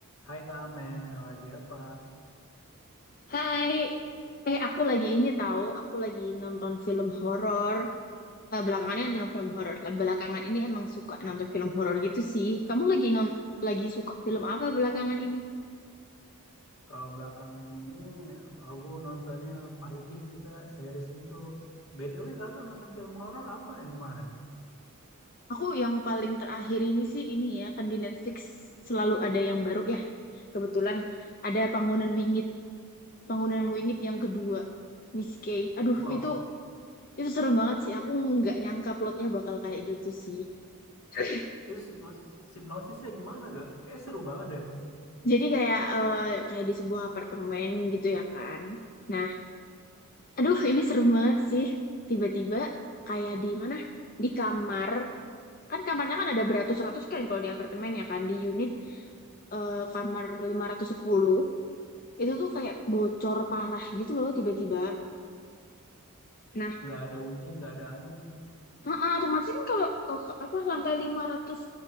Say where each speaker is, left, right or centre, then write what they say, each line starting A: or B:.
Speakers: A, on the left; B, on the left.
A: Hai Kak Amel, lagi apa?
B: Hai, eh aku lagi ini tahu, aku lagi nonton film horor. Eh, belakangan ini nonton film horor. Belakangan ini emang suka nonton film horor gitu sih. Kamu lagi non lagi suka film apa belakangan ini?
A: Kalau belakangan ini aku nontonnya Viking sih Kak, series gitu. BTW Kakak nonton film horor apa yang kemarin?
B: Aku yang paling terakhir ini sih ini ya, kan di Netflix selalu ada yang baru ya. Kebetulan ada Panggonan Wingit, Panggonan Wingit yang kedua, Miss Kay. Aduh,
A: Wow,
B: itu itu serem banget sih. Aku nggak nyangka plotnya bakal kayak gitu sih. <laughs>
A: itu hipnos hipnosisnya gimana Kak? Kayak seru banget deh.
B: Jadi kayak eh, kayak di sebuah apartemen gitu ya kan. Nah, aduh ini serem banget sih. Tiba-tiba kayak di mana? Di kamar. Kan kamarnya kan ada beratus-ratus kan kalau di apartemen ya kan. Di unit eh, kamar 510 itu tuh kayak bocor parah gitu loh tiba-tiba. Nah,
A: Nggak ada hujan, nggak ada angin.
B: heeh, otomatis kan kalau eh, ke- apa lantai 500